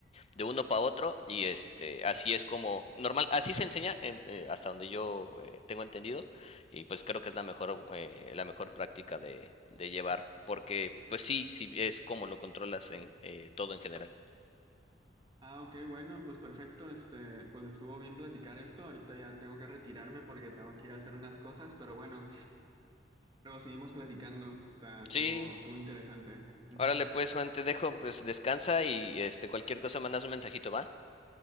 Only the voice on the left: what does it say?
de uno para otro y este, así es como normal, así se enseña en, eh, hasta donde yo eh, tengo entendido y pues creo que es la mejor eh, la mejor práctica de, de llevar, porque pues sí, sí es como lo controlas en eh, todo en general.
Sí,
órale pues Juan, te dejo, pues descansa y este cualquier cosa mandas un mensajito, ¿va?